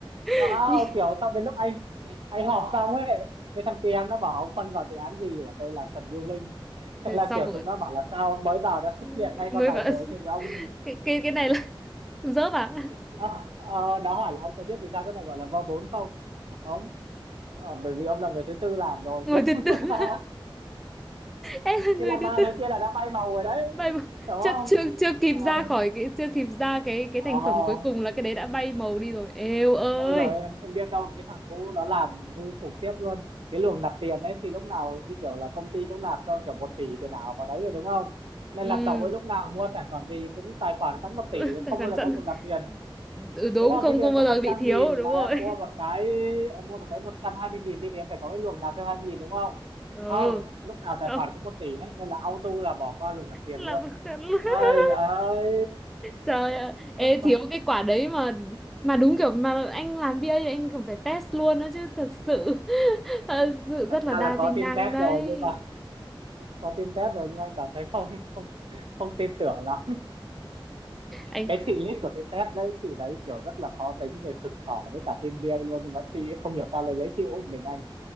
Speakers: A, in the centre; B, on the right (about 75°).
A: <laughs>
B: wow
A: Nhìn-
B: kiểu sau đến lúc anh anh họp xong ấy cái thằng kia em nó bảo ông phân vào dự án gì và tôi làm phần building thế
A: thế
B: là
A: xong
B: kiểu chúng
A: rồi
B: nó bảo là sao mới vào đã xúc
A: <laughs>
B: miệng ngay
A: mới
B: con này
A: bảo
B: rồi thì ông
A: cái cái cái này là <laughs> dớp à
B: nó ờ, nó hỏi là ông có biết vì sao cái này gọi là v bốn không mà không Ờ, bởi vì ông là người thứ tư làm rồi
A: ngồi
B: chứ
A: từ từ
B: không-
A: <laughs>
B: <laughs>
A: em là
B: chứ
A: người
B: là ba
A: thứ tư
B: đứa kia là đã bay màu rồi đấy
A: vậy mà
B: hiểu
A: chắc
B: không
A: chưa chưa kịp
B: ờ
A: ra khỏi cái chưa kịp ra cái cái
B: ờ.
A: thành phẩm cuối cùng là cái đấy đã bay màu đi rồi eo ơi
B: ôi giời em không biết đâu cái thằng cũ nó làm ngu khủng khiếp luôn cái luồng nạp tiền ấy thì lúc nào như kiểu là công ty cũng nạp cho kiểu một tỷ tiền ảo vào đấy rồi đúng không nên
A: ừ
B: là cậu ấy lúc nào mua sản phẩm gì cũng tài khoản sẵn một tỷ
A: <laughs>
B: rồi không
A: tài khoản
B: bao giờ
A: sẵn
B: có luồng nạp tiền
A: Ừ, đúng
B: đúng không
A: không
B: chứ
A: không
B: em
A: bao
B: có
A: giờ
B: một
A: bị
B: trăm
A: thiếu
B: nghìn
A: đúng
B: mà
A: rồi
B: em mua
A: <laughs>
B: một cái em mua một cái một trăm hai mươi nghìn đi thì em phải có cái luồng nạp thêm 2 nghìn đúng không
A: ừ
B: không lúc nào tài
A: không
B: khoản cũng một tỷ hết nên là auto là bỏ qua luồng nạp tiền
A: là
B: luôn
A: <laughs>
B: trời ơi
A: trời ạ ê
B: lúc mà
A: thiếu cái quả đấy mà mà đúng kiểu mà anh làm BA thì anh còn phải test luôn đó chứ thật sự <laughs> thật sự
B: thật
A: rất là
B: ra
A: đa
B: là có
A: di năng
B: team test
A: đấy
B: rồi nhưng mà có team test rồi nhưng mà em cảm thấy không không không tin tưởng lắm
A: anh
B: cái chị lead của team test đấy chị đấy kiểu rất là khó tính rồi sực sỏ với cả team BA luôn nhưng mà chị ấy không hiểu sao lại dễ chịu với mình anh